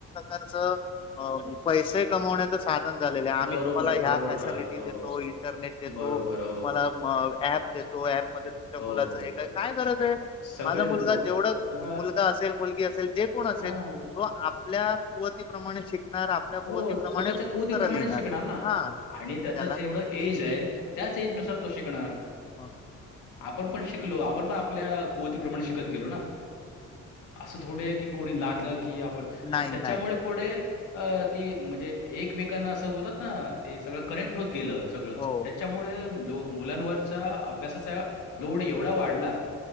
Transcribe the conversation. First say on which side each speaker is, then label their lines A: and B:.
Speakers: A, on the left; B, on the left.
A: त्याच पैश कमावण्याच साधन आहे पण झालेले आम्ही
B: बरोबर
A: तुम्हाला
B: बरोबर
A: फॅसिलिटी
B: म्हणालात हो
A: देतो इंटरनेट देतो
B: बरोबर हो
A: तुम्हाला अँप देतो. मध्ये तुमच्या
B: हो
A: मुलाच हे काय काय गरज आहे
B: सगळे
A: माझा मुलगा
B: देतो
A: जेवढ
B: ह
A: मुलगा असेल मुलगी असेल जे ण असेल
B: हा
A: त आपल्या कुवतीप्रमाणे शिकणार. कुवतीप्रमाणे
B: हो तो त्याच्या कुतीप्रमाणे
A: उत्तरं लिहिणार
B: शिकणार ना
A: हा
B: आणि त्याच
A: त्याला
B: जेवढं एज आहे त्याच एज नुसार तो शिकणार
A: हो
B: आपण पण शिकलो आपण पण आपल्या कुवतीप्रमाणे शिकत गेलो ना, असं थोडे की कोणी लादलं की आपण
A: नाही
B: आणि त्याच्यामुळे
A: नाही
B: पुडे अ ती म्हणजे एकमेकांना असं बोलतात ते सगळं कनेक्ट होत गेलं सगळं
A: हो
B: त्याच्यामुळे लो मुलांवरचा अभ्यासाचा लोड एवढा वाढला.